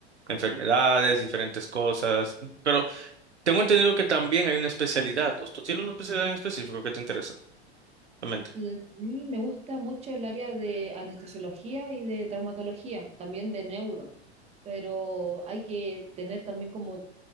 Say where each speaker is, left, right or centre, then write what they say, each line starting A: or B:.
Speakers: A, on the right; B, on the right.
A: enfermedades, diferentes cosas, pero tengo entendido que también hay una especialidad. ¿Tú tú tienes una especialidad en específico que te interesa? Realmente.
B: Mm, A mí me gusta mucho el área de anestesiología y de traumatología, también de neuro, pero hay que tener también como,